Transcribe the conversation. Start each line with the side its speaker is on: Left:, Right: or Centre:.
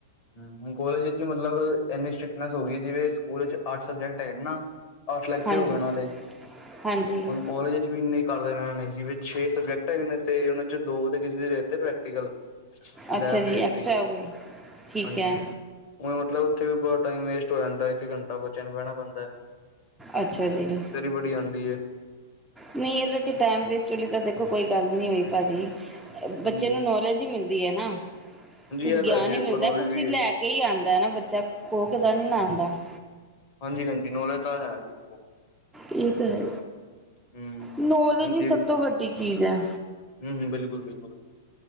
Left: ਹੂੰ, ਹੁਣ ਕੋਲਜ ਵਿੱਚ ਮਤਲਬ ਐਨੀ ਸਟ੍ਰਿਕਟਨੈਸ ਹੋ ਗਈ ਜਿਵੇ ਸਕੂਲ ਚ ਅੱਠ ਸਬਜੈਕਟ ਹੈਗੇ ਨਾ। ਆਠ ਲੈਕਚਰ
Centre: ਹਾਂਜੀ
Left: ਹੋ ਗਏ ਉਹਨਾਂ ਦੇ ਹ।
Centre: ਹਾਂਜੀ
Left: ਕਾਲਜ ਵਿੱਚ ਵੀ ਇੰਨਾ ਹੀ ਕਰਦੇ ਰੇ ਇਹਨਾਂ ਨੇ ਜਿਵੇਂ ਛੇ ਸਬਜੈਕਟ ਹੈਗੇ, ਨੇ ਤੇ ਉਹਨਾਂ 'ਚ ਦੋ ਕਿਸੇ ਦੇ। ਤੇ ਪ੍ਰੈਕਟੀਕਲ
Centre: ਅੱਛਾ
Left: ਲੈਬ
Centre: ਜੀ
Left: ਭੇਜਤੀ
Centre: ਐਕਸਟਰਾ ਹੋ ਗਈ ਠੀਕ
Left: ਹਾਂਜੀ।
Centre: ਹੈ
Left: ਹੁਣ ਮਤਲਬ ਉੱਥੇ ਵੀ ਬੜਾ ਟਾਈਮ ਵੇਸਟ ਹੋ ਜਾਂਦਾ, ਇੱਕ ਘੰਟਾ ਬੱਚਿਆਂ ਨੂੰ ਬਹਿਣਾ ਪੈਂਦਾ ਹੈ।
Centre: ਅੱਛਾ ਜੀ।
Left: ਬੜੀ ਆਦੀ ਹੈ ਤੇ।
Centre: ਨਹੀਂ ਇਹਦੇ ਵਿੱਚ ਟਾਈਮ ਵੇਸਟ ਵਾਲੀ ਤਾਂ ਦੇਖੋ, ਕੋਈ ਗੱਲ ਨਹੀਂ ਹੋਈ ਭਾਜੀ।
Left: ਹਾਂਜੀ-ਹਾਂਜੀ
Centre: ਬੱਚੇ ਨੂੰ ਨੌਲੇਜ ਹੀ ਮਿਲਦੀ ਹੈ, ਨਾ ਕੁਛ
Left: ਇਹ ਤਾਂ
Centre: ਗਿਆਨ
Left: ਹੈ ਜੀ
Centre: ਹੀ
Left: ਵੇਖੋ
Centre: ਮਿਲਦਾ
Left: ਨੌਲੇਜ
Centre: ਹੈ ਕੁਛ
Left: ਵੀ
Centre: ਲੈ। ਇਹੀ ਆਉਂਦਾ ਹੈ, ਨਾ ਬੱਚਾ ਖੋ ਦਾ <unintelligible>
Left: ਹਾਂਜੀ, ਹਾਂਜੀ ਨੌਲੇਜ ਤਾਂ ਹੈ ਜੀ ਓ।
Centre: ਇਹ ਤਾਂ ਹੈ
Left: ਹੂੰ,
Centre: ਨੌਲੇਜ
Left: ਹਾਂਜੀ
Centre: ਹੀ ਸਭ ਤੋਂ ਵੱਡੀ ਚੀਜ਼ ਹੈ।
Left: ਹੂੰ-ਹੂੰ, ਬਿਲਕੁਲ-ਬਿਲਕੁਲ।